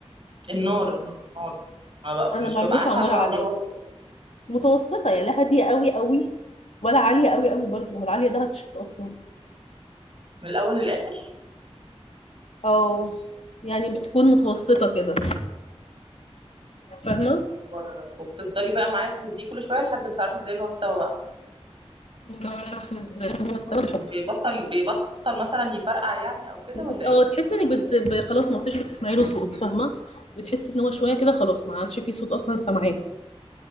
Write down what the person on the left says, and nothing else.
انا
ما بعملوش
على
نار عاليه
متوسطه يعني لا هاديه قوي قوي ولا عاليه قوي قوي برضه ما هو العاليه ده هتشط اصلا
او يعني بتكون متوسطه كده فاهمه
بعرف ازاي هو استوى بالحب
وبت...
اه تحسي انك بت... ب- خلاص ما بتش بتسمعي له صوت فاهمه بتحسي ان هو شويه كده خلاص ما عادش فيه صوت اصلا سامعاه